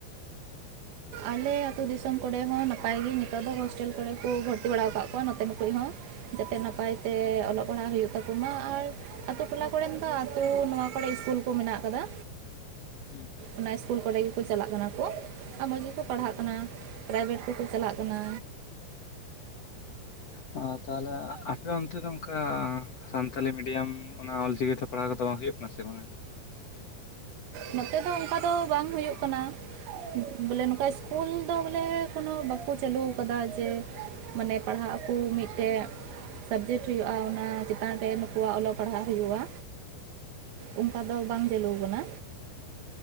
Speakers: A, on the right (about 75°); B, on the left (about 45°).
A: ᱟᱞᱮ ᱟᱛᱩ ᱫᱤᱥᱚᱢ ᱠᱚᱨᱮ ᱦᱚᱸ ᱱᱟᱯᱟᱭ ᱜᱤ ᱱᱤᱛᱚᱜ ᱫᱚ ᱦᱳᱥᱴᱮᱞ ᱠᱚᱨᱮ ᱠᱩ ᱵᱷᱚᱨᱼᱼ ᱛᱤ ᱵᱟᱲᱟᱣ ᱠᱟᱜ ᱠᱚᱣᱟ ᱱᱚᱛᱮ ᱱᱩᱠᱩᱡ ᱦᱚᱸ ᱡᱟᱛᱮ ᱱᱟᱯᱟᱭ ᱛᱮ ᱚᱞᱚᱜ ᱯᱟᱲᱦᱟᱜ ᱦᱩᱭᱩᱜ ᱛᱟᱠᱩ ᱢᱟ ᱟᱨᱼᱼ ᱟᱛᱩ ᱴᱚᱞᱟ ᱠᱚ ᱨᱮᱱ ᱫᱚ ᱟᱛᱩ ᱱᱚᱣᱟ ᱠᱚᱨᱮᱜ ᱤᱥᱠᱩᱞ ᱠᱩ ᱢᱮᱱᱟᱜ ᱠᱟᱫᱟ᱾
B: ᱦᱩᱸ᱾
A: ᱚᱱᱟ ᱤᱥᱠᱩᱞ ᱠᱚᱨᱮ ᱜᱮᱠᱩ ᱪᱟᱞᱟᱜ ᱠᱟᱱᱟ ᱠᱩ ᱟᱨ ᱢᱚᱡᱽ ᱜᱮ ᱼᱼ ᱠᱩ ᱯᱟᱲᱦᱟᱜ ᱠᱟᱱᱟ ᱯᱨᱟᱭᱵᱷᱮᱴ ᱠᱩᱠᱩ ᱪᱟᱞᱟᱜ ᱠᱟᱱᱟ᱾
B: ᱦᱮᱸ <inaudible> ᱛᱟᱦᱞᱮ ᱟᱯᱮ ᱚᱱᱛᱮ ᱫᱚ ᱚᱱᱠᱟ ᱥᱟᱱᱛᱟᱞᱤ ᱢᱤᱰᱤᱭᱟᱢ ᱚᱱᱟ ᱚᱞᱼᱼ ᱪᱤᱠᱤ ᱛᱮ ᱯᱟᱲᱦᱟᱣ ᱠᱚᱫᱚ ᱦᱩᱭᱩᱜ ᱠᱟᱱᱟ ᱥᱮ ᱵᱟᱝᱟ?
A: ᱱᱚᱛᱮ ᱫᱚ ᱚᱝᱠᱟ ᱫᱚ ᱵᱟᱝ ᱦᱩᱭᱩᱜ ᱠᱟᱱᱟ᱾ ᱵᱚᱞᱮ ᱱᱚᱸᱠᱟ ᱥᱠᱩᱞ ᱫᱚ ᱵᱚᱞᱮ ᱠᱚᱱᱚ ᱵᱟᱠᱩ ᱪᱟᱞᱩ ᱠᱟᱫᱟ ᱡᱮᱼᱼ ᱢᱟᱱᱮ ᱯᱟᱲᱦᱟᱜ ᱟᱠᱩ ᱢᱤᱫᱴᱮᱜ᱾ ᱥᱟᱵᱡᱮᱴ ᱦᱩᱭᱩᱜᱼᱟ, ᱚᱱᱟ ᱪᱮᱛᱟᱱ ᱨᱮ ᱱᱩᱠᱩᱣᱟᱜ ᱚᱞᱚᱜ ᱯᱟᱲᱦᱟᱜ ᱦᱩᱭᱩᱜᱼᱟ᱾ ᱚᱝᱠᱟ ᱫᱚ ᱵᱟᱝ ᱪᱟᱞᱩ ᱠᱟᱱᱟ᱾